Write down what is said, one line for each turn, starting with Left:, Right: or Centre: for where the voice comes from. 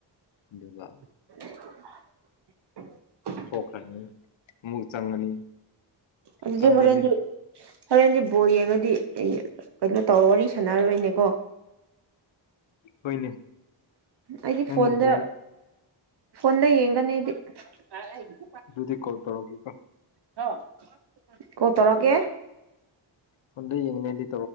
Left: ꯑꯗꯨꯒ
Right: <inaudible>
Left: ꯊꯣꯛꯈ꯭ꯔꯅꯤ ꯑꯃꯨꯛ ꯆꯪꯉꯅꯤ
Right: ꯑꯗꯨꯗꯤ
Left: ꯆꯪꯕ
Right: ꯍꯣꯔꯦꯟꯗꯤ
Left: ꯃꯤꯟ
Right: ꯍꯣꯔꯦꯟꯗꯤ ꯕꯣꯜ ꯌꯦꯡꯉꯗꯤ ꯀꯩꯅꯣ ꯇꯧꯔ ꯋꯥꯔꯤ ꯁꯥꯟꯅꯔꯔꯣꯏꯅꯦꯀꯣ
Left: ꯍꯣꯏꯅꯦ
Right: ꯑꯩꯗꯤ
Left: ꯅꯪꯅ
Right: ꯐꯣꯟꯗ
Left: ꯕꯣꯜ
Right: ꯐꯣꯟꯗ ꯌꯦꯡꯒꯅꯤ ꯑꯩꯗꯤ
Left: ꯑꯗꯨꯗꯤ ꯀꯣꯜ ꯇꯔꯛꯒꯦꯀꯣ
Right: ꯍꯦꯜꯂꯣ ꯀꯣꯜ ꯇꯧꯔꯛꯀꯦ
Left: ꯐꯣꯟꯗ ꯌꯦꯡꯅꯤ ꯑꯩꯗꯤ